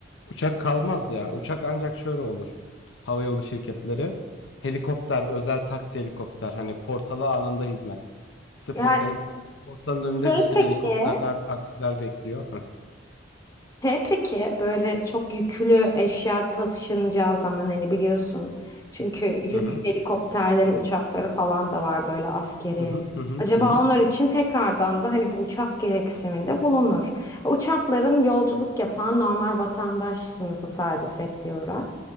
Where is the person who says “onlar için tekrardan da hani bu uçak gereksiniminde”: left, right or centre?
Left